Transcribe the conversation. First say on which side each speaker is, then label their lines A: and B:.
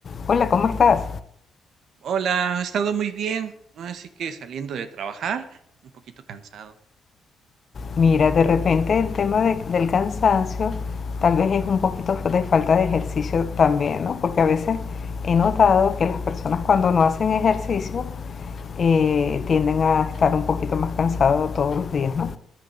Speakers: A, on the left (about 45°); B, on the right (about 70°).
A: Hola, ¿cómo estás?
B: Hola, he estado muy bien, así que saliendo de trabajar, un poquito cansado.
A: Mira, de repente el tema de- del cansancio tal vez es un poquito de falta de ejercicio también, ¿no? Porque a veces he notado que las personas cuando no hacen ejercicio eh, tienden a estar un poquito más cansados todos los días, ¿no?